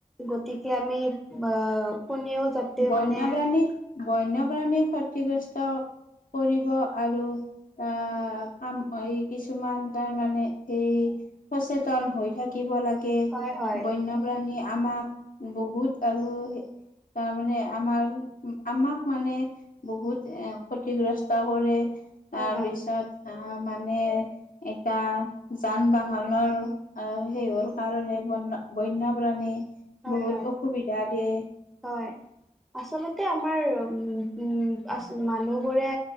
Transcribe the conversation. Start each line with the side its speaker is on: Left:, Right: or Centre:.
Centre: গতিকে আমি অহ, কোনেও যাতে
Left: বন্যপ্ৰাণী
Centre: মানে
Left: বন্যপ্ৰাণী ক্ষতিগ্ৰস্ত কৰিব আৰু ত' কাম এই কিছুমান তাৰমানে এই সচেতন হৈ থাকিব লাগে। বন্য
Centre: হয় হয়
Left: বন্যপ্ৰাণী আমাক বহুত আৰু তাৰমানে আমাৰ আমাক মানে। বহুত এ ক্ষতিগ্ৰস্ত কৰে
Centre: হয়
Left: তাৰপিছত
Centre: হয়
Left: অহ, মানে এতিয়া যান-বাহনৰো অহ, সেই হৰ কাৰণে বন-বন্যপ্ৰাণী
Centre: হয়
Left: বহুত
Centre: হয়
Left: অসুবিধা দিয়ে।
Centre: হয়। আচলতে আমাৰ উম, উম, আহ মানুহবোৰে